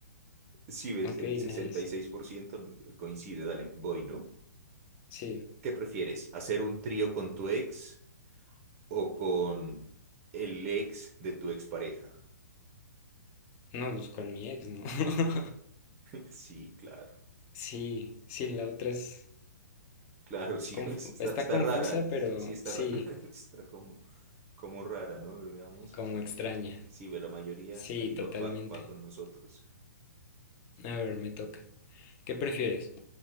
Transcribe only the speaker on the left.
Ok,
nice.
Sí,
no, pues con mi ex, ¿no? <laughs>
Sí, sí, la otra es
confu-
está
confusa,
pero
sí,
como extraña.
Sí,
totalmente.
A ver, me toca. ¿Qué prefieres?